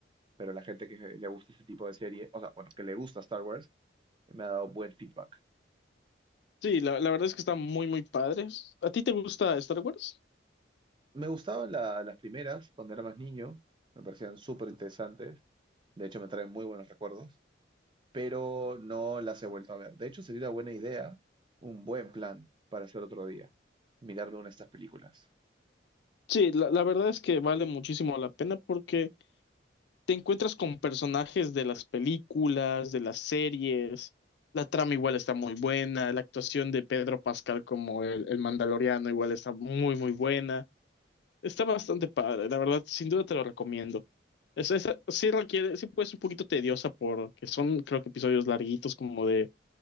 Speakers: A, on the right (about 25°); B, on the left (about 70°).
A: pero la gente que le gusta este tipo de serie, o sea, bueno, que le gusta Star Wars, me ha dado buen feedback.
B: Sí, la, la verdad es que está muy, muy padre. ¿A ti te gusta Star Wars?
A: Me gustaban la- las primeras cuando era más niño, me parecían súper interesantes, de hecho me traen muy buenos recuerdos, pero no las he vuelto a ver. De hecho, sería una buena idea, un buen plan para hacer otro día, mirarme una de estas películas.
B: Sí, la, la verdad es que vale muchísimo la pena porque te encuentras con personajes de las películas, de las series. La trama igual está muy buena, la actuación de Pedro Pascal como el, el Mandaloriano igual está muy, muy buena. Está bastante padre, la verdad, sin duda te lo recomiendo. Es, es- sí requiere, sí puede ser un poquito tediosa porque son, creo que episodios larguitos como de